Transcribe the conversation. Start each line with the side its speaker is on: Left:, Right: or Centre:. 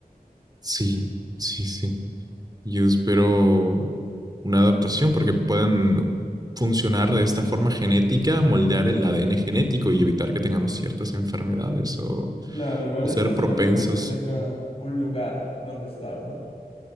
Right: Sí, sí, sí. Yo espero una adaptación porque puedan funcionar de esta forma genética, moldear el ADN genético y evitar que tengamos ciertas enfermedades o,
Left: Claro, igual
Right: o
Left: estos
Right: ser propensos.
Left: perritos que tengan un lugar donde estar, ¿no?